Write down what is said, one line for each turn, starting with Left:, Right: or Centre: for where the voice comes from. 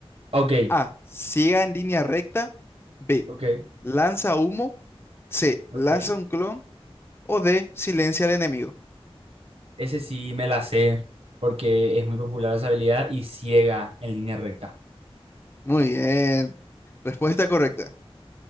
Right: Ok,
Left: A. Ciega en línea recta. B.
Right: ok,
Left: Lanza humo. C.
Right: ok.
Left: Lanza un clon. O D. Silencia al enemigo.
Right: Ese sí me la sé, porque es muy popular esa habilidad y ciega en línea recta.
Left: Muy bien. Respuesta correcta.